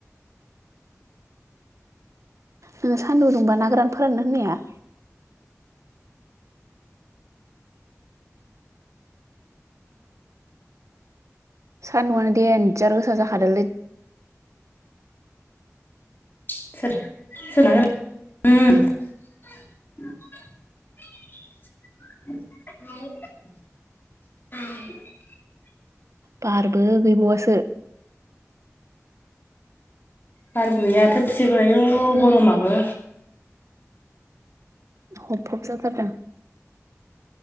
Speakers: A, on the right; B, on the left.
A: नोङो सानदुं दुंबा ना गोरान फोरानोनो होननाया सानदुंङानो देनजार गोसा जाखादोंलै
B: सोर औ औ
A: बारबो गैबावसो
B: बारबो गैया थोबसेबो आयु गरमाबो
A: हबहब जाथारदों